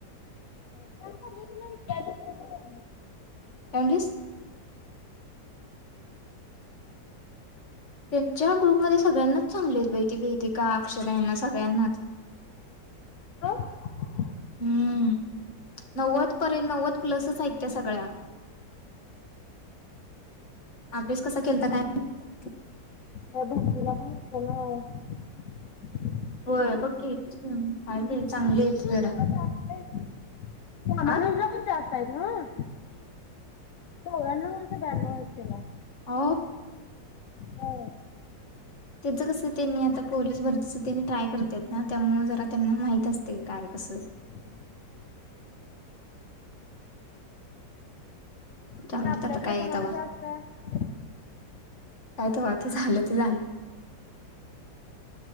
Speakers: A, on the left; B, on the left.
A: <unintelligible>
B: काय म्हणलीस त्यांच्या ग्रुपमध्ये सगळ्यांनाच चांगलेत बै ती वेदिका, अक्षदा त्याना सगळ्यांनाच
A: व
B: हम्म नव्वद पर्यंत, नव्वद प्लसच आहेत त्या सगळ्या अभ्यास कसा केलता काय माहित?
A: म बला म्हत ना आहे <unintelligible>
B: होय बघ की, आहे बाई चांगलेच
A: आणि कुणाला
B: जरा,
A: तेवढं जास्त आहे. रामानुजला
B: आ
A: पण जास्त ना <unintelligible> चावऱ्यांनव की बॉनव्ह आहेत तिला
B: आ
A: हो
B: त्याचं कस त्यांनी आता पोलीस भरतीच त्यांनी ट्राय करत्यात ना त्यामुळे जरा त्यांना माहित असते काय, कसं
A: हम्म आणि
B: जाऊन देत
A: आपल्यातनं
B: आता काय
A: कुणाला
B: तवा
A: जास्तये
B: काय तवाचं झालं ते झालं